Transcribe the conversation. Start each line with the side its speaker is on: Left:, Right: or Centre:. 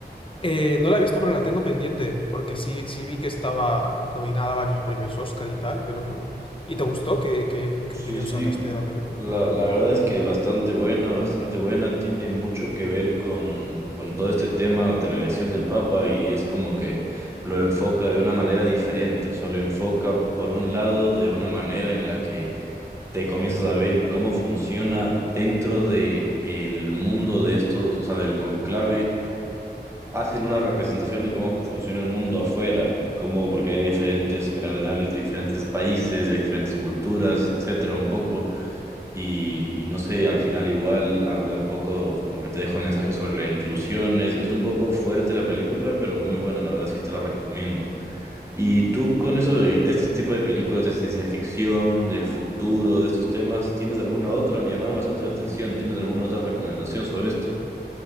Left: Eh, no la he visto, pero la tengo pendiente, porque sí, sí vi que estaba nominada a varios premios Oscar y tal, pero no. ¿Y te gustó? ¿Qué, qué, qué
Right: Sí,
Left: opinión
Right: sí,
Left: sacaste de la película?
Right: la, la verdad es que bastante buena, bastante buena, tiene mucho que ver con, con todo este tema de la elección del Papa y es como que lo enfoca de una manera diferente, o sea, lo enfoca por un lado de una manera en la que te comienzas a ver cómo funciona dentro de el mundo de estos, o sea, del conclave, hacen una representación de cómo funciona el mundo afuera, como porque hay diferentes cardenales de diferentes países, de diferentes culturas, etcétera, un poco, y, y no sé, al final igual habla un poco, como que te dejo un mensaje sobre la inclusión, es, es un poco fuerte la película, pero muy buena, la verdad sí te la recomiendo. Y tú con eso de este tipo de películas de ciencia ficción, del futuro, de estos temas, ¿tienes alguna otra? Me llamaron bastante la atención. ¿Tienes alguna otra recomendación sobre esto?